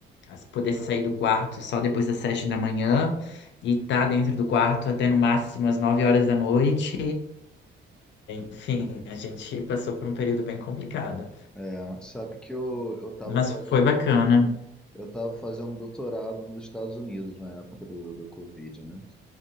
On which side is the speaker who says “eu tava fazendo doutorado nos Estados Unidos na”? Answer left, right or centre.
Centre